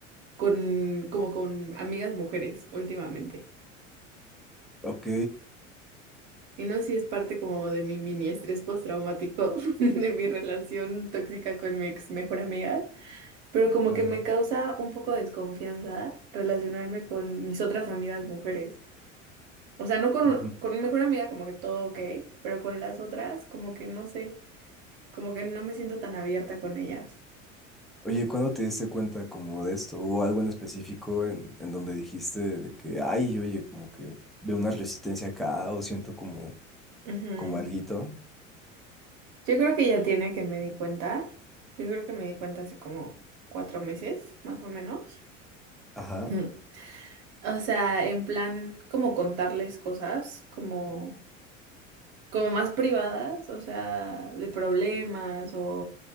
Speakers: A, on the right; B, in the centre.
A: con, como con amigas mujeres últimamente.
B: Ok,
A: Y no sé si es parte como de mi mini estrés postraumático <laughs> de mi relación tóxica con mi ex mejor amiga. pero como
B: claro.
A: que me causa un poco de desconfianza relacionarme con mis otras amigas mujeres. O sea, no con,
B: Ujú.
A: con mi mejor amiga como que todo ok, pero con las otras como que no sé, como que no me siento tan abierta con ellas.
B: Oye, ¿cuándo te diste cuenta como de esto? ¿O algo en específico en, en donde dijiste de que, ay, oye, como que veo una resistencia acá o siento como,
A: Ujú.
B: como alguito?
A: Yo creo que ya tiene que me di cuenta. Yo creo que me di cuenta hace como cuatro meses, más o menos.
B: Ajá,
A: <laughs> O sea, en plan, como contarles cosas, como, como más privadas, o sea, de problemas o